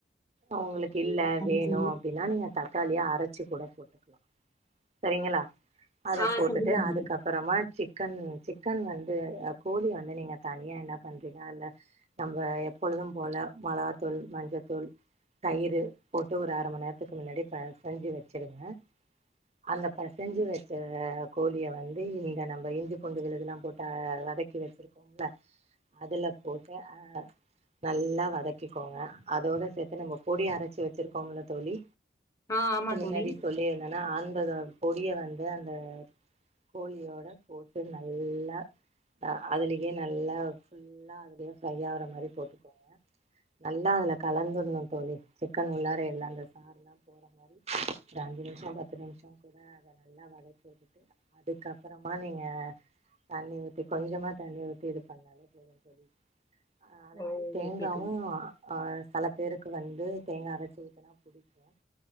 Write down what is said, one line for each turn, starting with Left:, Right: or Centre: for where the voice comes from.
Right: அவங்களுக்கு
Left: ம்.
Right: இல்ல
Left: சரி
Right: வேணும்
Left: தோழி.
Right: அப்படின்னா நீங்க த தக்காளியை அரைச்சு கூட போட்டுக்கலாம் சரிங்களா அத
Left: ஆ
Right: போட்டுட்டு
Left: சரிங்க
Right: அதுக்கு
Left: தோழி.
Right: அப்புறமா சிக் சிக்கன் சிக்கன் வந்து கோழி வந்து நீங்க தனியா என்ன பண்றீங்க அதுல நம்ம எப்பொழுதும் போல மிளகாத்தூள் மஞ்சத்தூள் தயிறு போட்டு ஒரு அர மணி நேரத்துக்கு முன்னாடி செஞ்சு வச்சுக்க வெச்சிடுங்க அந்த பெசஞ்சு வச்ச கோழிய வந்து இங்க நம்ம இஞ்சி பூண்டு விழுது எல்லாம் போட் ஆ வதக்கி வச்சிருக்கோம்ல அதுல போட்டு அ நல்லா வதக்கிக்கோங்க அதோட சேர்த்து நம்ம பொடி அரச்சி வெச்சி இருக்கிறோம் ல தோழி
Left: ஆ ஆமா தோழி.
Right: முன்னாடி சொல்லி இருந்தநா <unintelligible> பொடியை வந்து அந்த கோழியோட போட்டு நல்லா அதுலயே நல்லா ஃபுல்லா அதுலேயே ஃப்ரை ஆகிற மாரி போட்டுக்கோங்க நல்லா அதில் கலந்துடணும் தோழி சிக்கன் உள்ளார எல்லாம் அந்த சாறுெலாம் போகிற மாதிரி ஒரு அஞ்சு நிமிசம் த்து நிமிஷம் கூட அதை நல்லா வதைக்கி விட்டுட்டு அதுக்கப்புறமா நீங்க தண்ணி ஊத்தி கொஞ்சமா தண்ணி ஊத்தி இது பன்னாலே போதும் தோழிஅதே
Left: ஓ
Right: மாதிரி தேங்காவூம்
Left: ஓகே தோழி.
Right: ஹ் பல பேருக்கு வந்து தேங்கா அரைச்சு ஊத்தனா புடிக்கும்